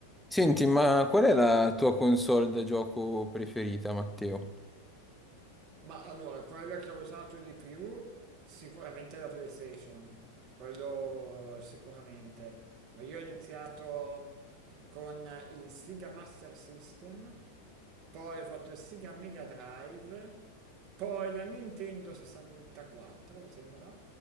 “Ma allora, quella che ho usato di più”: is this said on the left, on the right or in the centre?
Right